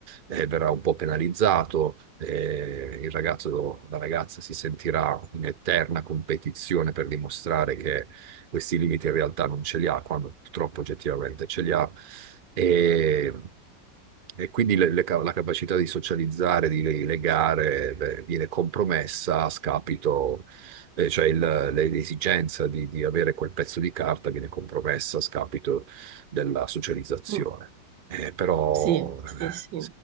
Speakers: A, on the right; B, on the right.
A: eh, verrà un po' penalizzato, eh, il ragazzo, la ragazza si sentirà in eterna competizione per dimostrare che questi limiti in realtà non ce li ha, quando purtroppo oggettivamente ce li ha. E, e quindi le- le ca- la capacità di socializzare, di legare, beh, viene compromessa a scapito eh, cioè il- le- l'esigenza di, di avere quel pezzo di carta viene compromessa a scapito della socializzazione.
B: mm,
A: Eh, però,
B: sì,
A: eh,
B: sì, sì,